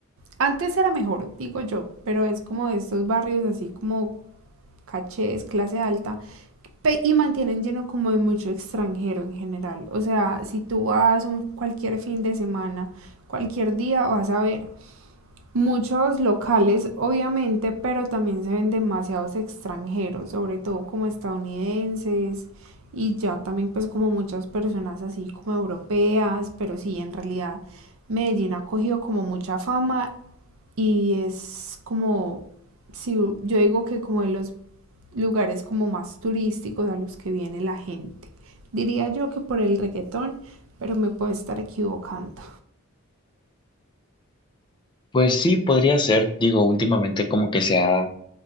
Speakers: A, on the right; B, on the left.
A: antes era mejor, digo yo, pero es como de estos barrios así como cachés, clase alta, y mantienen lleno como de mucho extranjero en general. O sea, si tú vas un cualquier fin de semana, cualquier día, vas a ver muchos locales, obviamente, pero también se ven demasiados extranjeros, sobre todo como estadounidenses y ya también pues como muchas personas así como europeas, pero sí, en realidad Medellín ha cogido como mucha fama y es como, si yo digo que como de los lugares como más turísticos a los que viene la gente. Diría yo que por el reggaetón, pero me puedo estar equivocando.
B: Pues sí, podría ser. Digo, últimamente como que se ha